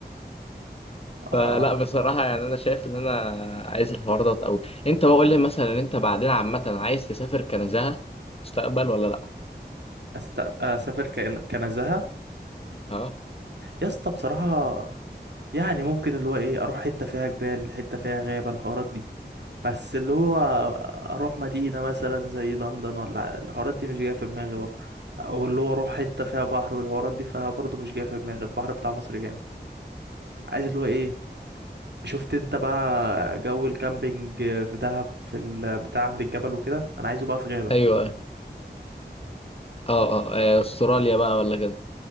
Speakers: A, on the right (about 80°); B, on the left (about 35°).
A: اه
B: فلا بصراحة يعني انا شايف ان انا عايز الحوار ده قوي انت بقول لي مثلا انت بعدين عامة عايز تسافر كنزهة مستقبل ولا لا
A: أست... اسافر كأن... كنزهه
B: اه
A: يا اسطى بصراحه يعني ممكن اللي هو ايه اروح حتة فيها جبال حتة فيها غابة الحوارات دي بس اللي هو اروح مدينة مثلا زي لندن ولا الحوارات دي مش جاية في دماغي برضه او اللي هو اروح حتة فيها بحر والحوارات دي فبرضه مش جاية في دماغي البحر بتاع مصر جامد عايز اللي هو ايه شفت انت بقى جو الكامبينج في دهب في البتاع عند الجبل وكده انا عايزه بقى في غابة
B: ايوه اه اه آه، استراليا بقى ولا كده